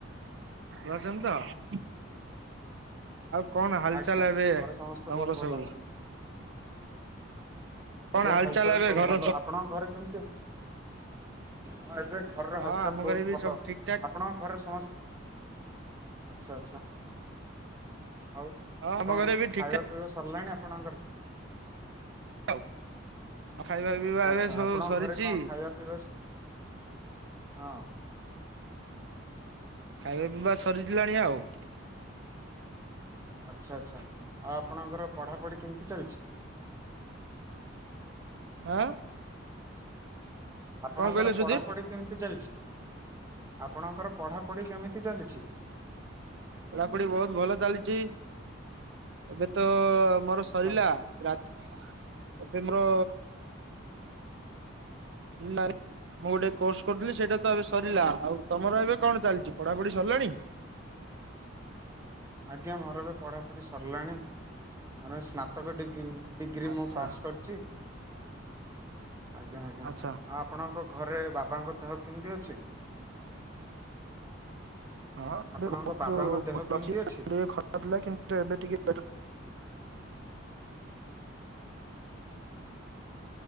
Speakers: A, on the right (about 60°); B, on the right (about 15°).
A: ରଛନ୍ତି ତ <unintelligible> ଆଉ କଣ ହାଲଚାଲ
B: ଆଜ୍ଞା
A: ଏବେ
B: ଘରେ ସମସ୍ତେ
A: ତମର
B: ବହୁତ ଭଲ
A: ସବୁ?
B: ଅଛନ୍ତି
A: କଣ
B: ଏବେ ହାଲଚାଲ
A: ଏବେ
B: ସବୁ
A: ଘର
B: ଭଲ ଆପଣଙ୍କ ଘରେ କେମିତି ହଁ ଏବେ ଘରର
A: ହଁ
B: ହାଲଚାଲ
A: ଆମ
B: ବହୁତ
A: ଘରେ ବି
B: ଭଲ
A: ସବୁ ଠିକ ଠାକ
B: ଆପଣଙ୍କ ଘରେରେ ସମସ୍ତେ ଆଛା ଆଛା ଆଉ
A: ହଁ ଆମ
B: କଣ
A: ଘରେ ବି ଠିକ
B: ଖାଇବାକୁ
A: ଠାକ
B: ସରିଲାଣି ଆପଣଙ୍କର।
A: ଆଉ ଖାଇବା ପିଇବା
B: ଆଚ୍ଛା
A: ଏବେ
B: ଆଚ୍ଛା
A: ସବୁ
B: ଆପଣଙ୍କ
A: ସରିଛି
B: ଘରେ କଣ ଖାଇବା ପିଇବା ହଁ।
A: ଖାଇବା ପିଇବା ସରିିଲାଣି ଆଉ।
B: ଆଚ୍ଛା ଆଚ୍ଛା ଆଉ ଆପଣଙ୍କର ପଢାପଢି କେମିତି ଚାଲିଛି।
A: ଆଁ।
B: ଆପଣଙ୍କର
A: କଣ କହିଲେ
B: ପଢାପଢି
A: ସୁଧୀର
B: କେମତି ଚାଲିଛି? ଆପଣଙ୍କର ପଢାପଢି କେମିତି ଚାଲିଛି?
A: ପଢାପଢି ବହୁତ ଭଲ ଚାଲିଛି ଏବେ ତ ମୋର
B: ଆଚ୍ଛା
A: ସରିଲା
B: ଆଚ୍ଛା
A: ରାତ୍ସ୍ ଏବେ ମୋର ନାଁରେ ମୁଁ ଗୋଟେ କୋର୍ସ କରୁଥିଲି ସେଇଟା ତ ଏବେ ସରିଲା ଆଉ ତମର ଏବେ କଣ ଚାଲିଛି ପଢାପଢି ସରିଲାଣି?
B: ଆଜ୍ଞା ମୋର ଏବେ ପଢ଼ାପଢ଼ି ସରିଲାଣି ମୋର ଏ ସ୍ନାତକ ଡିଗ୍ରୀ ଡିଗ୍ରୀ
A: ଆଚ୍ଛା
B: ମୁଁ ପାସ୍ କରିଛି ଆଜ୍ଞା ଆଜ୍ଞା ଆଉ
A: ଆଚ୍ଛା
B: ଆପଣଙ୍କ ଘରେ ବାବାଙ୍କ ଦେହ କେମିତି ଅଛି?
A: ହଁ ଏବେ
B: ଆପଣଙ୍କ
A: ବହୁତ
B: ବାବାଙ୍କ ଦେହ
A: ଭଲ
B: କେମତି
A: ଅଛି
B: ଅ
A: ଟିକେ ଖରାପ ଥିଲା କିନ୍ତୁ ଏବେ ଟିକେ <unintelligible>